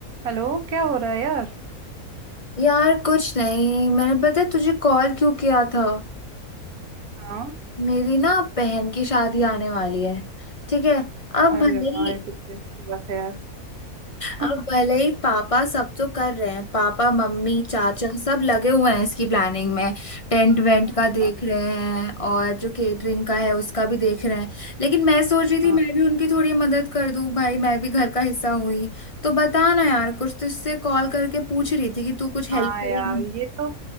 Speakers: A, on the right; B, on the left.
A: Hello क्या हो रहा है यार
B: यार कुछ नहीं मैंने पता है तुझे कॉल क्यों किया था
A: हाँ
B: मेरी ना बहन की शादी आने वाली है ठीक है अब
A: अरे
B: भले
A: वाह
B: ही
A: ये तो बड़ी अच्छी बात है यार <laughs>
B: अब भले ही पापा सब तो कर रहे हैं पापा मम्मी चाचा सब लगे हुए हैं इसकी प्लानिंग में टेंट वेंट
A: हाँ
B: का देख रहे हैं और जो केटरिंग का है उसका भी देख रहे हैं लेकिन मैं सोच रही थी
A: हाँ
B: मैं भी उनकी थोड़ी मदद कर दूं भाई मैं भी घर का हिस्सा हुई तो बता ना यार कुछ तुझसे कॉल करके पूछ रही थी कि तू कुछ हेल्प
A: हाँ
B: करेगी
A: यार ये तो